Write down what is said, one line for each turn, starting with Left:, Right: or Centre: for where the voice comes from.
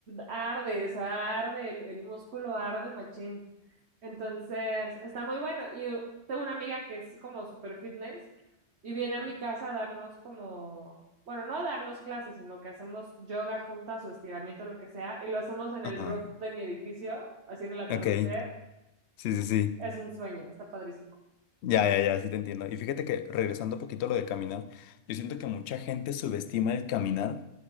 Right: arde, o arde, el, el músculo arde, machín. Entonces, está muy bueno. Y tengo una amiga que es como super fitness y viene a mi casa a darnos como, bueno, no a darnos clases, sino que hacemos yoga juntas o estiramiento, lo que sea, y lo hacemos en
Left: Ajá,
Right: el roof de mi edificio, haciendo el atardecer.
Left: ok, sí, sí, sí.
Right: Es un sueño, está padrísimo.
Left: Ya, ya, ya, sí te entiendo. Y fíjate que regresando un poquito a lo de caminar, yo siento que mucha gente subestima el caminar